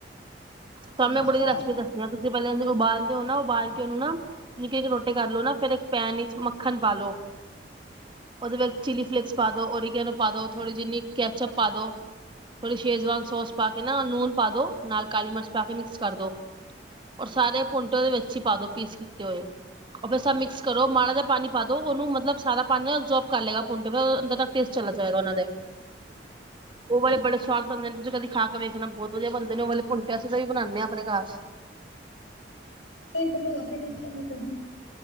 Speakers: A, on the left (about 75°); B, on the right (about 25°).
A: ਕਿੱਦਾਂ
B: ਤੁਹਾਨੂੰ ਮੈਂ
A: ਸਵਾਦ
B: ਬੜੀ ਰੈਸਪੀ ਦੱਸ ਦੀ ਆ ਤੁਸੀਂ ਪਹਿਲਾਂ ਉਹ ਉਬਾਲਦੇ ਹੋ ਨਾ ਉਬਾਲ ਕੇ ਉਹਨੂੰ ਨਾ ਨਿਕੇ ਨਿਕੇ ਟੋਟੇ ਕਰ ਲੋ ਨਾ ਫਿਰ ਇੱਕ ਪੈਨ ਵਿੱਚ ਮੱਖਣ ਪਾਲੋ ਉਹਦੇ ਵਿੱਚ ਚੀਲੀ ਫਲੇਕਸ ਪਾ ਦੋ ੳਰੀਗੇਨੋ ਪਾ ਦੋ ਥੋੜੀ ਜਿੰਨੀ ਕੈਚਅਪ ਪਾ ਦੋ ਥੋੜੀ ਸ਼ੇਜਵਾਨ ਸੋਸ ਪਾ ਕੇ ਨਾ ਲੂਣ ਪਾ ਦੋ ਨਾਲ ਕਾਲੀ ਮਰਚ ਪਾ ਕੇ ਮਿਕਸ ਕਰ ਦੋ ਔਰ ਸਾਰੇ ਭੁੰਟੇ ਉਹਦੇ ਵਿੱਚ ਹੀ ਪਾ ਦੋ ਪੀਸ ਕੀਤੇ ਹੋਏ। ਉਹ ਬਸਾ ਮਿਕਸ ਕਰੋ ਮਾੜਾ ਜਿਹਾ ਪਾਣੀ ਪਾ ਦੋ ਉਹਨੂੰ ਮਤਲਬ ਸਾਰਾ ਪਾਣੀ ਨਾ ਓਬਜੋਰਬ ਕਰ ਲੇਗਾ ਭੁੰਟੇ ਅੰਦਰ ਟੇਸਟ ਚਲਾ ਜਾਏ ਗਾ ਉਹਨਾਂ ਦੇ ਉਹ ਵਾਲੇ ਬੜੇ ਸਵਾਦ ਬਣਦੇ ਨੇ ਤੁਸੀਂ ਕਦੇ ਖਾ ਕੇ ਵੇਖਣਾ ਬਹੁਤ ਵਧੀਆ ਬਣਦੇ ਨੇ ਉਹ ਵਾਲੇ ਭੁੰਟਿਆ ਹੀ ਬਣਾਉਦੇ ਹਾਂ ਆਪਣੇ ਘਰ
A: ਅਸੀ ਬਣਾ ਕੇ ਵੇਖਾ ਗੇ ਕਦੀ